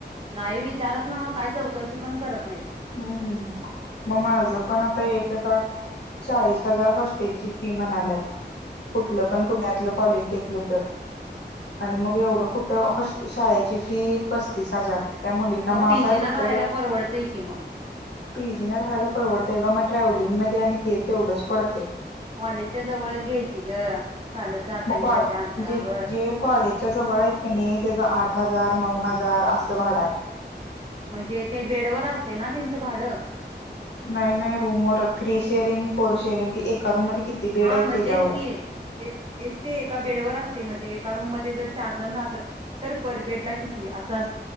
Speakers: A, on the right (about 30°); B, on the left (about 70°).
A: नाही विचारत ना मग काय चौकशी पण करत नाहीत.
B: हम्म मग माझ पण आता एक चाळीस हजार हॉस्टेलची फी म्हणाल्यात.
A: हम्म
B: कुठलं पण पुण्यातलं कॉलेज घेतलं तर आणि मग एवढं कुठ शाळेची फी पस्तीस हजार. मुलींना
A: मग
B: माफ
A: पीजीना
B: फक्त
A: राहायला परवडतय की मग
B: पीजी ना राहायला परवडते ग. ट्रॅव्हलिंग मध्ये आणि ते तेवढंच पडते.
A: कॉलेजच्या जवळच घ्यायची ग. चालत जाता
B: मग
A: येईल एवढ्या अंतरावर
B: जे कॉलेजच्या जवळ आहेत का नाही त्याचा आठ हजार नऊ हजार असं भाड आहे.
A: म्हणजे ते बेडवर असते ना त्यांचं भाडं.
B: नाहीय नाही रूमर थ्री शेअरिंग फोर शेअरिंग एका रूम मध्ये किती बेड
A: हा
B: आहेत
A: मग
B: त्याच्यावर
A: तेच की तेच ते एका बेडवर असते. एका रूम मध्ये जर चार जण राहत तर पर बेड ला किती अस अस